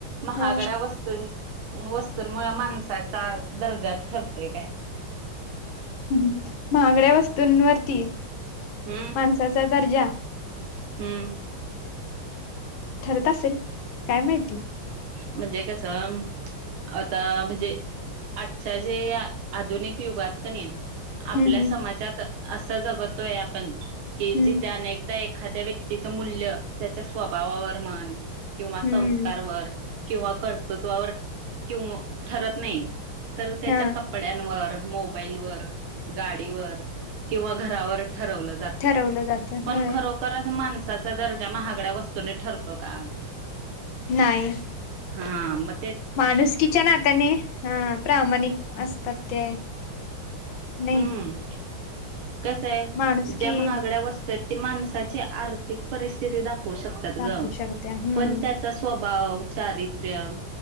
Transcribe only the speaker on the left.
हा
हम् महागड्या वस्तूंवरती
माणसाचा दर्जा
ठरत असेल काय माहिती
हम्म
हम्म
हम्म
हम्म
हा
ठरवलं जातं
होय
नाही
माणुसकीच्या नात्याने ह प्रामाणिक असतात ते नाही
माणुसकी
दाखवू
शकत्या हम्म